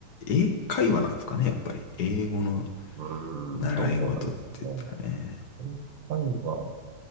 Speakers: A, on the left; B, on the right.
A: 英会話なんですかね、やっぱり。英語の
B: う
A: 習い事って言ったらね。
B: ーん、どうなんですかね。英会話